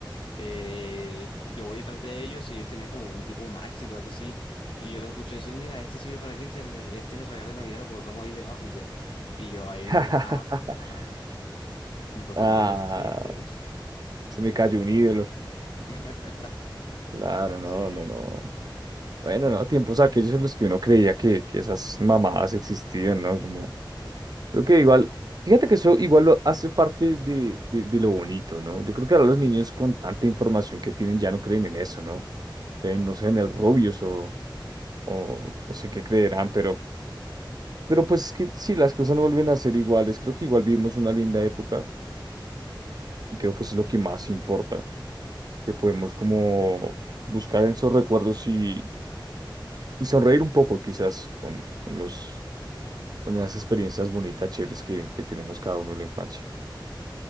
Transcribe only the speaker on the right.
<laughs>
Ah,
se me cayó un ídolo.
Claro, no,
no, no. Bueno, no, tiempos aquellos en los que uno creía que, que esas mamadas existían, ¿no? Como Creo que igual, fíjate que eso igual lo hace parte de, de, de lo bonito, ¿no? Yo creo que ahora los niños con tanta información que tienen ya no creen en eso, ¿no? Creen, no sé, en el Rubius o, o no sé qué creerán, pero, pero pues es que si las cosas no vuelven a ser iguales, creo que igual vivimos una linda época y creo que eso es lo que más importa, que podemos como buscar en esos recuerdos y, y sonreír un poco quizás con, con los, con esas experiencias bonitas, chéveres que, que tenemos cada uno en la infancia.